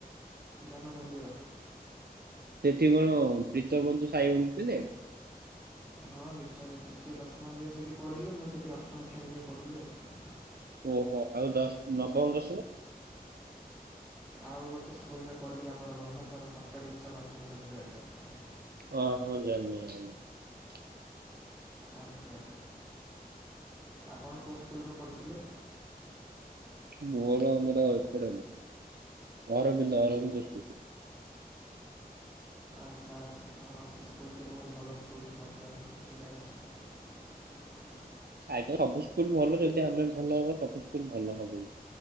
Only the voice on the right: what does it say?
ଏଠି କଣ ପ୍ରୀତମ ବନ୍ଧୁ ସାଇ ବନ୍ଧୁ ଥିଲେ?
ଓହୋ ଆଉ ଦଶ ନବମ ଦଶମ?
ଓ ହୋ ଜାଣିଲି ଜାଣିଲି।
ମୋର ଆମର ଏପଟେ ଅରବିନ୍ଦ ଅରବିନ୍ଦ ସ୍କୁଲ୍।
ଆଜ୍ଞା ସବୁ ସ୍କୁଲ ଭଲ ଯଦି ଆମେ ଭଲ ହବା ସବୁ ସ୍କୁଲ ଭଲ ହବ।